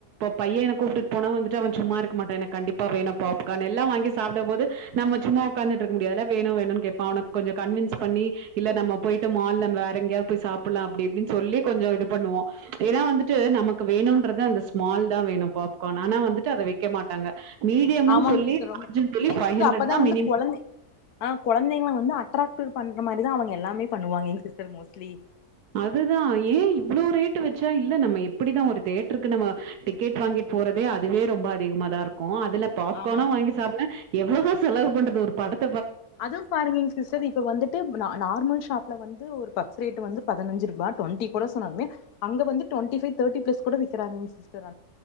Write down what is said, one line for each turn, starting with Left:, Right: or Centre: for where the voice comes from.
Right: பையன் எனக்கு கூப்பிட்டு போனா வந்துட்டு அவன் சும்மா இருக்க மாட்டான் எனக்கு கண்டிப்பா வேணும் பாப்கார்ன் எல்லாம் வாங்கி சாப்பிட போது நம்ம சும்மா உட்காந்து இருக்க முடியாதுல வேணும் வேணும் கேட்பான் -அவன-கொஞ்சம் கன்வின்ஸ் பண்ணி இல்ல நம்ம போயிட்டு மால்ல வேற எங்கேயாவது போய் சாப்படலாம் அப்படி அப்டின்னு சொல்லி கொஞ்சம் இது பண்ணுவோம் ஏன்னா வந்துட்டு நமக்கு வேணும்ன்றத அந்த ஸ்மால் தான் வேணும் பாப்கார்ன் ஆனா வந்துட்டு அதை வைக்க மாட்டாங்க மீடியம்ன்னு
Left: ஆமாங்க
Right: சொல்லி
Left: சிஸடர் ரொம்ப
Right: லார்ஜ்ன்னு சொல்லி
Left: இல்லங்க
Right: ஃபைவ்
Left: சிஸடர்
Right: ஹண்ட்ரட்
Left: அப்தான்
Right: தா
Left: வந்து
Right: மினிமம்
Left: கெழந்தை ஆ கெழந்தைங்கள வந்து அ்ட்ர பண்ற மாரிதான் அவங்க எல்லாமே வாங்கி சிஸ்டர் மோஸ்ட்லி
Right: அதுதான் ஏன் இவ்வளவு ரேட்டு வச்சா இல்ல நம்ம எப்படிதான் ஒரு தேட்டருக்கு நம்ம டிக்கெட் வாங்கிட்டு போறதே அதுவே ரொம்ப அதிகம தான் இருக்கும் இல்ல பாப்கார்ன
Left: ஆமாங்க
Right: வாங்கி
Left: சிஸ்டர்
Right: சாப்ப எவ்வளோத செலவு பண்றது ஒரு பாடத்
Left: அதுவும் பாருங்க சிஸ்டர் இப்ப வந்துட்டு நார்மல் ஷாப்ல வந்து ஒரு பப் பஸ் ரேட்டு வந்து பதினஞ்சு ரூபா டுவெண்டி கூட சொன்னாலுமே அங்க வந்துட்டு டு <inaudible> தே்டி பளஸ் கூட விக்காராக சிஸ்டர்